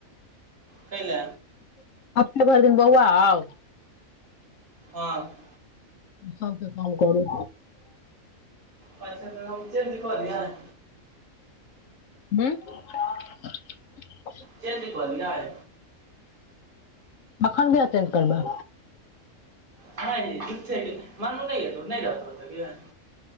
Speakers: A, on the right; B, on the left.
A: क ल
B: हफने भरि दिन बौआ आ
A: बात
B: सके काम करू
A: पच च कहल
B: ह
A: च द कलल राय
B: तखन भी अतें करबा
A: ह ठीक छै मानू नहि हतौ नहि रहतत क